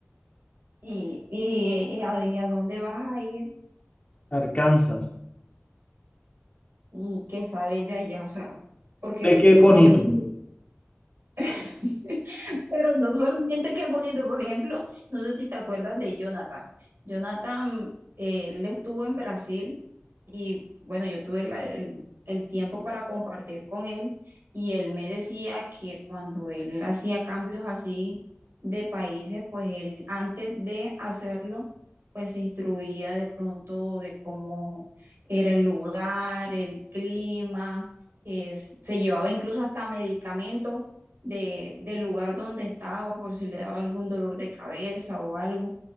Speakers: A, on the right; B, on the left.
A: ¿Y, y, y a, y a dónde vas a ir?
B: Arkansas.
A: ¿Y qué sabes de allá? O sea, porque
B: Sé que
A: por
B: es bonito,
A: lo menos... <laughs> Pero no solamente que es bonito, por ejemplo, no sé si te acuerdas de Jonathan. Jonathan, eh, él estuvo en Brasil y bueno, yo tuve la- el, el tiempo para compartir con él y él me decía que cuando él hacía cambios así de países, pues él antes de hacerlo, pues se instruía de pronto de cómo era el lugar, el clima, es- se llevaba incluso hasta medicamentos de, del lugar donde estaba por si le daba algún dolor de cabeza o algo.